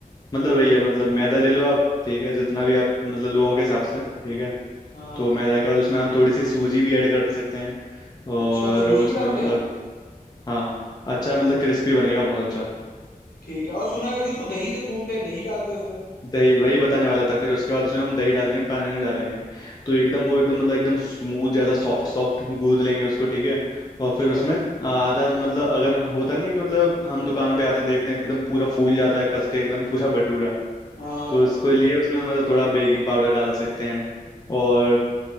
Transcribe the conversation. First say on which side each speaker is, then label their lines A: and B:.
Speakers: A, on the left; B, on the left.
A: मतलब वही
B: तो
A: है मतलब मैदा ले लो आप ठीक है जितना भी आप मतलब लोगों के हिसाब से ठीक है
B: आ,
A: तो मैदा के बाद उसमें हम थोड़ी सी सूजी भी ऐड कर सकते हैं और
B: अच्छा सूजी
A: उसमें
B: भी डालते
A: मतलब
B: हैं
A: हाँ अच्छा मतलब क्रिस्पी बनेगा बहुत अच्छा
B: ठीक है और सुना है कि उसको दही से गूंदते हैं दही डालते हैं उसमें
A: दही वही बताने वाला था फिर उसके बाद उसमें हम दही डालेंगे पानी नहीं डालेंगे तो एकदम वो एकदम मतलब एकदम स्मूथ जैसा सॉफ्ट सॉफ्ट गूंद लेंगे उसको ठीक है और
B: अच्छा
A: फिर उसमें आधा मतलब अगर होता नहीं है कि मतलब हम दुकान पे आते हैं देखते हैं एकदम पूरा फूल जाता है कस के एकदम पूरा भटूरा
B: हाँ
A: तो उसके लिए उसमें मतलब थोड़ा बेकिंग पाउडर डाल सकते हैं और